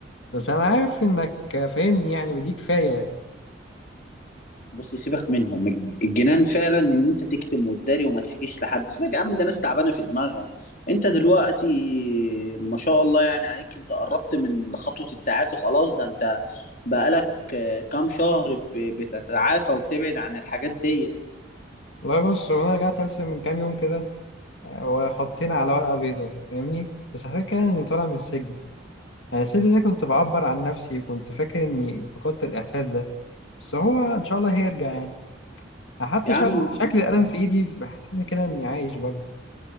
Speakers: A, on the left (about 80°); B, on the left (about 50°).
A: بس انا عارف انك فاهمني يعني ودي كفايه
B: بص سيبك منهم الجنان فعلا ان انت تكتم وتداري وما تحكيش لحد سيبك يا عم ده ناس تعبانه في دماغها انت دلوقتي ما شاء الله يعني عليك انت قربت من خطوه التعافي خلاص ده انت بقالك آه، كام شهر ب- بتتعافى وبتبعد عن الحاجات دي
A: والله بص هو انا رجعت ارسم من كام يوم كده وخطينا على ورقه بيضاء فاهمني بس حكيت كده اني طالع من السجن انا السجن ده كنت بعبر عن نفسي وكنت فاكر اني فقدت الاحساس ده بس هو ان شاء الله هيرجع يعني حتى
B: يا عم
A: شكل, شكل القلم في ايدي بحسسني كده اني عايش برضه